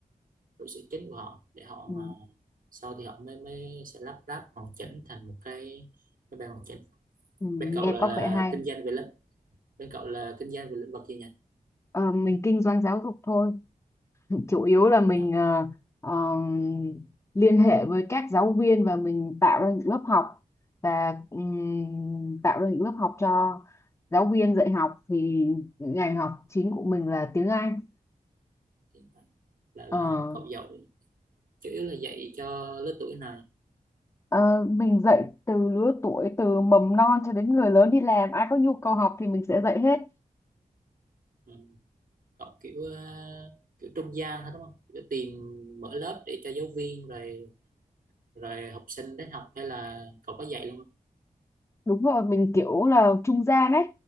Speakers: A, on the right; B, on the left.
A: trụ sở chính của họ để họ
B: ừ
A: mà sau thì họ mới mới sẽ lắp ráp hoàn chỉnh thành một cái cái bài hoàn chỉnh
B: ừ. nghe
A: bên cậu là,
B: có
A: là
B: vẻ hay
A: kinh doanh về bên cậu là kinh doanh về lĩnh vực gì nhỉ
B: ờ, mình kinh doanh giáo dục thôi chủ yếu là mình
A: giáo
B: ờ, ờ, liên hệ với các giáo viên và mình tạo ra những lớp học và ừm, tạo ra những lớp học cho giáo viên dạy học thì ngành học chính của mình là tiếng Anh
A: thì là là
B: Ờ,
A: cậu dạy chủ yếu là dạy cho lứa tuổi này
B: ờ, mình dạy từ lứa tuổi từ mầm non cho đến người lớn đi làm ai có nhu cầu học thì mình sẽ dạy hết
A: ừ. cậu kiểu ờ, kiểu trung gian hết đúng không kiểu tìm mở lớp để cho giáo viên rồi rồi học sinh đến học hay là cậu có dạy luôn không
B: đúng rồi mình kiểu là trung gian ấy